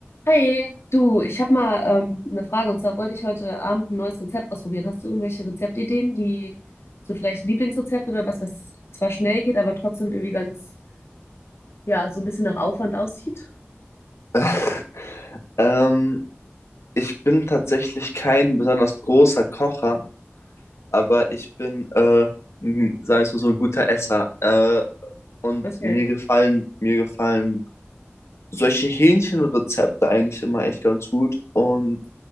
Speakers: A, on the left (about 65°); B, on the left (about 85°).
A: Hi, du, ich habe mal ähm, eine Frage und zwar wollte ich heute Abend ein neues Rezept ausprobieren. Hast du irgendwelche Rezeptideen, die so vielleicht Lieblingsrezept oder was, was zwar schnell geht, aber trotzdem irgendwie ganz, ja, so ein bisschen nach Aufwand aussieht?
B: <laughs> Ähm, ich bin tatsächlich kein besonders großer Kocher, aber ich bin, äh, m- sagen wir es mal so, ein guter Esser. Äh, und
A: Okay.
B: mir gefallen, mir gefallen solche Hähnchenrezepte eigentlich immer echt ganz gut. Und